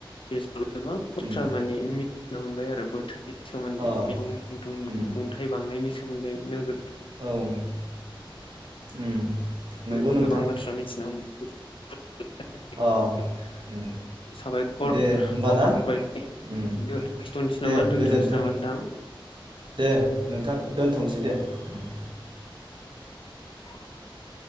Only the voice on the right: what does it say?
उम
अ
उम
<inaudible> <inaudible>
नंगौ नोंथां
अ उम
दे होमबा
ना
उम दे
गोजोन्थों
दे नोंथां दोनथ'नोसै दे उम दे।